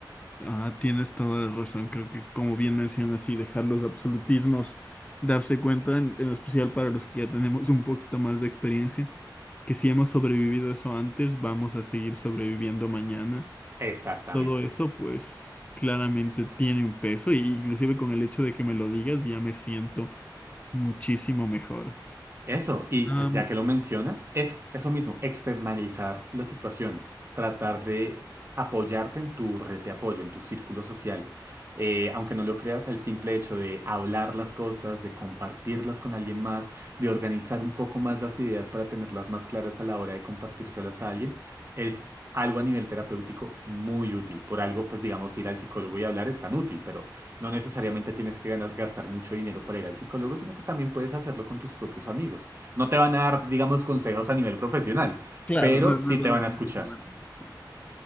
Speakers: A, on the left (about 15°); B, on the right (about 35°).
A: Ah, tienes toda la razón. Creo que, como bien mencionas, y dejar los absolutismos, darse cuenta, en, en especial para los que ya tenemos un poquito más de experiencia, que si hemos sobrevivido eso antes, vamos a seguir sobreviviendo mañana.
B: Exactamente.
A: Todo eso, pues, claramente tiene un peso, y inclusive con el hecho de que me lo digas, ya me siento Muchísimo mejor.
B: Eso, y pues
A: Am,
B: ya que lo mencionas, eso, eso mismo, externalizar las situaciones, tratar de apoyarte en tu red de apoyo, en tu círculo social. Eh, aunque no lo creas, el simple hecho de hablar las cosas, de compartirlas con alguien más, de organizar un poco más las ideas para tenerlas más claras a la hora de compartírselas a alguien, es algo a nivel terapéutico muy útil. Por algo, pues digamos, ir al psicólogo y hablar es tan útil, pero No necesariamente tienes que ganas- gastar mucho dinero para ir al psicólogo, sino que también puedes hacerlo con tus propios amigos. No te van a dar, digamos, consejos a nivel profesional,
A: claro,
B: pero
A: no,
B: sí
A: no es
B: te
A: algo
B: van a
A: completamente
B: escuchar.
A: profesional.